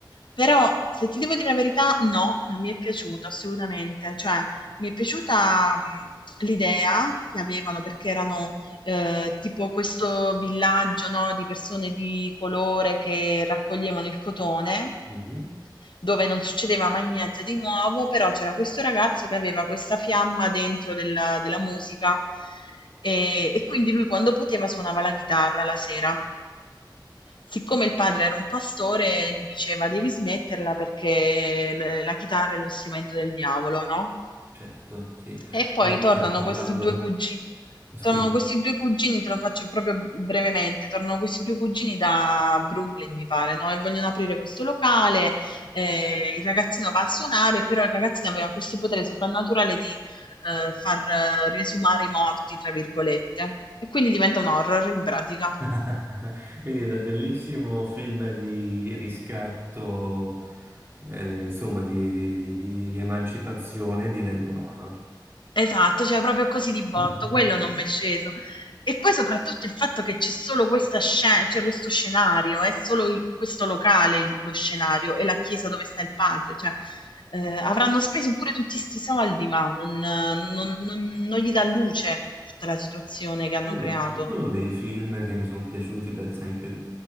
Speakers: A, on the left (about 75°); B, on the right (about 30°).
A: però se ti devo dire la verità, no, non mi è piaciuto assolutamente. Cioè, mi è piaciuta mh, l'idea che avevano perché erano eh, tipo questo villaggio, no, di persone di colore che raccoglievano il cotone
B: Mhm,
A: dove non succedeva mai niente di nuovo, però c'era questo ragazzo che aveva questa fiamma dentro della, della musica e, e quindi lui quando poteva suonava la chitarra la sera. Siccome il padre era un pastore, gli diceva devi smetterla perché l- la chitarra è lo strumento del diavolo, no?
B: certo, sì.
A: E poi
B: Quindi
A: tornano
B: stiamo parlando,
A: questi due cugi-
B: scusami,
A: tornano questi due cugini, te lo faccio proprio brevemente, tornano questi due cugini da Brooklyn, mi pare, no? E vogliono aprire questo locale, eh, il ragazzino va a suonare, però il ragazzino aveva questo potere soprannaturale di eh, far eh, riesumare i morti, tra virgolette, e quindi diventa un horror in pratica.
B: <laughs> Quindi da bellissimo film di riscatto, eh, insomma, di, di- di emancipazione diventa un horror.
A: Esatto, cioè proprio così di botto,
B: <laughs>
A: quello non m'è sceso. E poi soprattutto il fatto che c'è solo questa scena, cioè questo scenario, è solo il- questo locale il- lo scenario e la chiesa dove sta il padre, cioè eh, avranno speso pure tutti sti soldi, ma non, non- non- non gli dà luce tutta la situazione che hanno
B: Allora,
A: creato.
B: ci sono dei film che mi sono piaciuti, per esempio